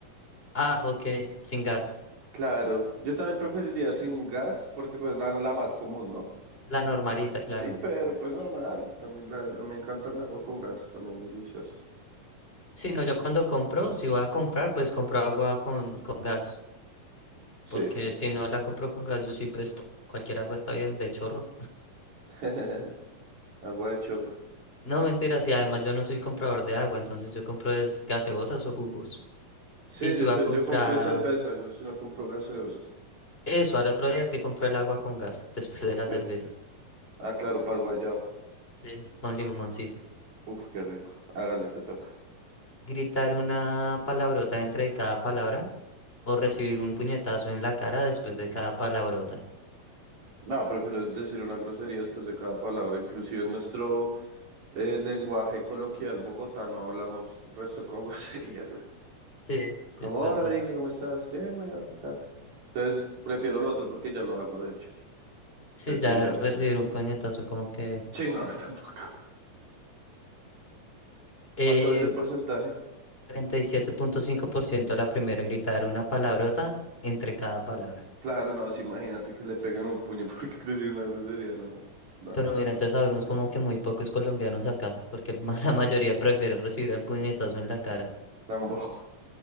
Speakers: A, on the left; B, on the right.
A: Ah, ok, sin gas.
B: Claro, yo también preferiría sin gas porque pues la, la más común, ¿no?
A: La normalita, claro.
B: Sí, pero pues normal. También la, a mí me encanta el agua con gas, también es deliciosa.
A: Sí, no, yo cuando compro, si voy a comprar, pues compro agua con, con gas.
B: Sí,
A: Porque
B: sí.
A: si no la compro con gas, yo sí, pues cualquier agua está bien de chorro.
B: <laughs> Agua de chorro.
A: No, mentira, sí, además yo no soy comprador de agua, entonces yo compro es gaseosas o jugos.
B: Sí,
A: Y si
B: yo
A: voy
B: soy,
A: a comprar
B: yo compré cerveza, yo si no compro gaseosa.
A: eso, al otro día es que compro el agua con gas, <laughs> después de
B: Ok.
A: las cervezas.
B: Ah, claro, para el guayao.
A: Sí. Con limoncito.
B: Uf, qué rico. Hágale, te toca.
A: Gritar una palabrota entre cada palabra o recibir un puñetazo en la cara después de cada palabrota.
B: No, prefiero decir una grosería después de cada palabra. Inclusive en nuestro eh, lenguaje coloquial bogotano hablamos resto con <laughs> groserías. güey.
A: Sí,
B: Como,
A: sí, es
B: hola,
A: verdad.
B: marica, ¿cómo estás? Bien, güey, tal. Entonces, prefiero el otro porque ya lo hago, de hecho.
A: Sí,
B: El
A: ya
B: primero,
A: recibir
B: sí.
A: un puñetazo como que...
B: Sí, no, <laughs> tampoco.
A: Eh,
B: ¿Cuánto es de porcentaje?
A: 37.5% la primera, gritar una palabrota entre cada palabra.
B: Claro, no, sí, imagínate que le peguen un puño porque <laughs> decir una grosería, no, no, no,
A: Pero mira,
B: no,
A: entonces sabemos como que muy pocos colombianos acá, porque el ma- <laughs> la mayoría prefiere recibir el puñetazo en la cara.
B: tan bobos. <laughs>